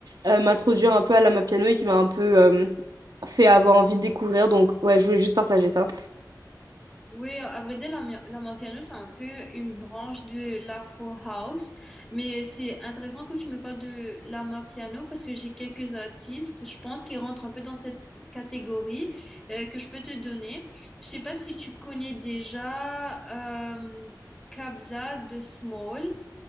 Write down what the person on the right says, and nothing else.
euh, m'introduire un peu à la piano et qui m'a un peu euh, fait avoir envie de découvrir. Donc ouais, je voulais juste partager ça.